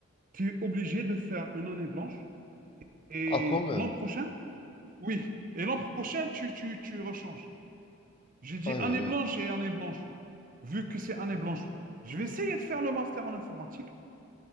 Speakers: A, on the right; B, on the left.
A: tu es obligé de faire une année blanche, et
B: Ah, quand même.
A: l'an prochain, oui, et l'an prochain, tu, tu, tu rechanges. J'ai dit
B: Aïe,
A: année
B: aïe, aïe.
A: blanche et année blanche, vu que c'est année blanche. Je vais essayer de faire le master en informatique,